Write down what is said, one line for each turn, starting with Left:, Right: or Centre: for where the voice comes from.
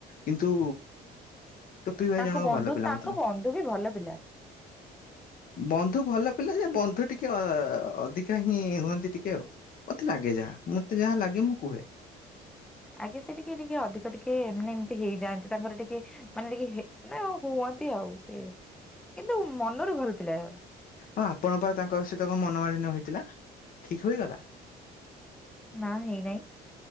Left: କିନ୍ତୁ ଟୋପି ଭାଇ
Centre: ତାଙ୍କ
Left: ଜଣଙ୍କ
Centre: ବନ୍ଧୁ
Left: ଭଲ ପିଲା
Centre: ତାଙ୍କ
Left: ମତେ ଲା
Centre: ବନ୍ଧୁ ବି ଭଲ ପିଲା।
Left: ହ ବନ୍ଧୁ ଭଲ ପିଲା ଯେ ବନ୍ଧୁ ଟିକେ ଅ ଅଧିକା ହିଁ ହୁଅନ୍ତି ଟିକେ ଆଉ ମତେ ଲାଗେ ଯାହା ମତେ ଯାହା ଲାଗେ ମୁଁ କୁହେ।
Centre: ଆଜ୍ଞା ସେ ଟିକେ ଟିକେ ଅଧିକ ଟିକେ ମେ ଏମିତି ହେଇଯାଆନ୍ତି ତାଙ୍କର ଟିକେ ମାନେ ଟିକେ ଆଉ ହୁଅନ୍ତି ଆଉ ସେ କିନ୍ତୁ ମନରୁ ଭଲ ପିଲା।
Left: ହଁ ଆପଣଙ୍କ ପା ତାଙ୍କ ସହିତ କଣ ମନମାଳିନ ହେଇଥିଲା ଠିକ ହୋଇଗଲା।
Centre: ନା ହେଇ ନାହିଁ।